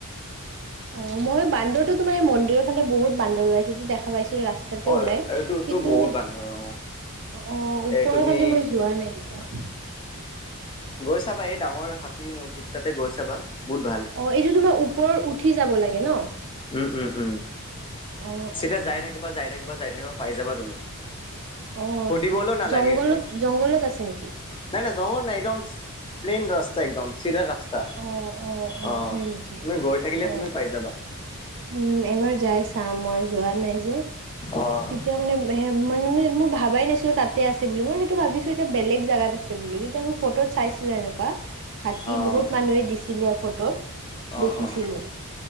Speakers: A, on the right; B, on the left.
A: অহ মই বান্দৰ তোমাৰ মন্দিৰৰ ফালে বহুত বান ওলাইটো দেখা পাইছো ৰাস্তাতে
B: অ',
A: ওলাই
B: এইটোতো
A: কিন্তু
B: বহুত বান্দৰ অ',
A: অ ওপৰৰ
B: এই তুমি
A: ফালি মই যোৱা নাই কেতিয়াওঁ।
B: গৈ চাবা এই ডাঙৰ হাতী মজিৰ তাতে গৈ চাবা। বহুত ভাল।
A: অ এইটো তোমাৰ ওপৰত উঠি যাব লাগে ন।
B: উম উম উম
A: অ',
B: চিধা
A: অ',
B: যাই থাকিবা যাই থাকিবা যাই থাকিব পাই যাবা তুমি।
A: অ'।
B: সুধিবলৈ নালাগে
A: জংঘলত
B: তুমি
A: জংঘলত আছে নেকি?
B: নাই নাই জঘল নাই একদম প্লেইন ৰাস্তা একদম চিধা ৰাস্তা।
A: অ',
B: অ
A: হয় নেকি?
B: তুমি গৈ থাকিলে
A: অ'।
B: তুমি পাই যাবা।
A: উম, এবাৰ যাই চাম মই যোৱা নাই যে।
B: অ',
A: কেতিয়া মানে সে মানে মই ভাবাই নাছিলো তাত তাতে আছে বুলি মই সেইটো ভাবিছো এতিয়া বেলেগ জেগাত আছে বুলি তেতিয়া মই ফটোত চাইছিলো এনেকোৱা হাতী
B: অ',
A: বহুত মানুহে দিছিলে ফটোত।
B: অ
A: দেখিছিলো।
B: অ